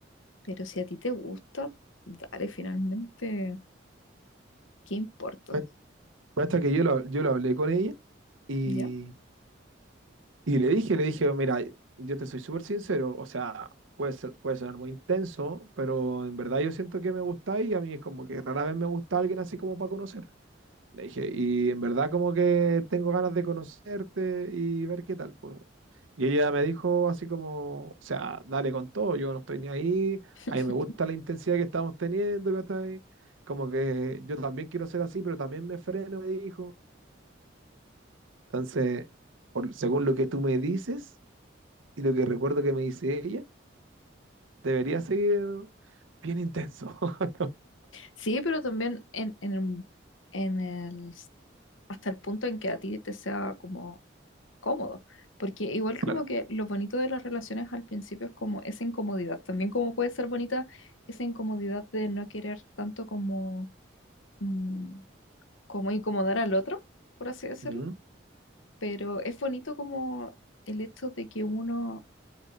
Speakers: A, on the left; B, on the right.
A: pero si a ti te gusta, dale finalmente, ¿qué importa?
B: Pues, Basta que yo lo, yo lo hablé con ella y,
A: ¿Ya?
B: y le dije, le dije, mira, yo te soy súper sincero, o sea, puede, ser- puede sonar muy intenso, pero en verdad yo siento que me gusta y a mí es como que rara vez me gusta alguien así como para conocer. Le dije, y en verdad como que tengo ganas de conocerte y ver qué tal, pues. Y ella me dijo así como, o sea, dale con todo, yo no estoy ni ahí,
A: <laughs>
B: a mí me gusta la intensidad que estamos teniendo, ¿cachai? Como que yo también quiero ser así, pero también me freno, me dijo. Entonces, por- según lo que tú me dices y lo que recuerdo que me dice ella, debería seguir bien intenso. <laughs>
A: Sí, pero también en, en el, en el- hasta el punto en que a ti te sea como cómodo. Porque igual
B: Claro.
A: como que lo bonito de las relaciones al principio es como esa incomodidad. También como puede ser bonita esa incomodidad de no querer tanto como, mm, como incomodar al otro, por así decirlo.
B: Mm.
A: Pero es bonito como el hecho de que uno,